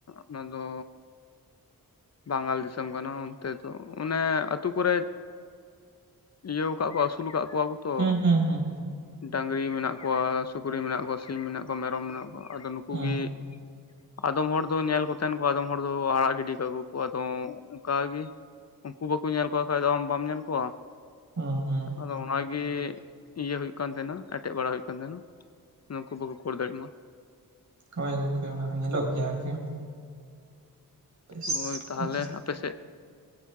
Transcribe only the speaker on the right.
ᱦᱩᱸ ᱦᱩᱸ ᱦᱩᱸ
ᱦᱩᱸ
ᱦᱩᱸ ᱦᱩᱸ
ᱦᱚᱭ ᱜᱚᱝᱠᱮ ᱚᱱᱟ ᱦᱚᱸ ᱧᱮᱞᱚᱜ ᱜᱮᱭᱟ ᱟᱨᱠᱤ ᱾ ᱵᱮᱥ
ᱟᱪᱪᱷᱟ ᱾